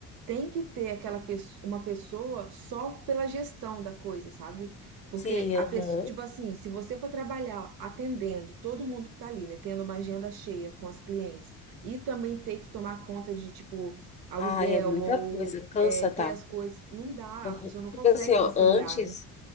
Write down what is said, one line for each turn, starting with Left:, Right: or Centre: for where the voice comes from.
Right: tem que ter aquela pesso- uma pessoa só pela gestão da coisa, sabe? Porque
Left: Sim,
Right: a
Left: aham.
Right: pessoa, tipo assim, se você for trabalhar atendendo todo mundo que tá ali, né, tendo uma agenda cheia com as clientes, e também ter que tomar conta de, tipo, aluguel
Left: Ai, é muita coisa, cansa,
Right: é, ter
Left: tá?
Right: as coisas. Não dá,
Left: Aham.
Right: a pessoa não consegue
Left: Tipo assim, ó,
Right: conciliar,
Left: antes.
Right: né?